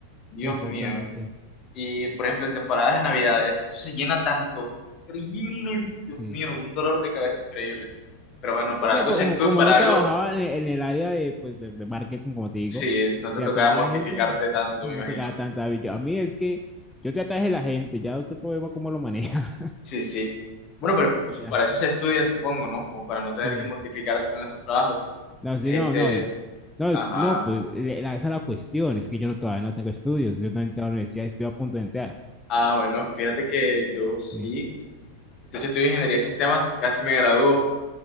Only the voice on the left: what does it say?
Dios
mío. Y por ejemplo, en temporadas de Navidades, eso se llena tanto, increíble,
Dios mío, un dolor de cabeza increíble. Pero bueno, para
algo,
si
tú,
para
algo,
sí, no te
tocaba
mortificarte
tanto,
me imagino.
Sí, sí. Bueno, pero
para eso se estudia, supongo, ¿no? Como para no tener
que mortificarse con esos trabajos.
Este,
ajá.
Ah, bueno, fíjate que yo sí.
De hecho, estudio ingeniería de sistemas, casi me gradúo